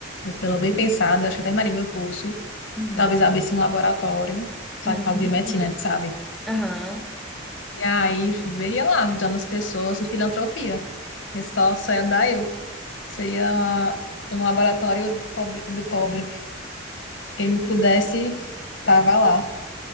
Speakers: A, on the left; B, in the centre.
A: pelo bem pensado, eu acho que eu terminarei meu curso.
B: uhum,
A: Talvez abrisse um laboratório, sabe,
B: uhum,
A: para biomedicina, sabe?
B: aham.
A: E aí, veria lá, ajudando as pessoas e filantropia. Que só, só ia dar eu. Seria um laboratório do pobre, do pobre. Quem me pudesse, tava lá.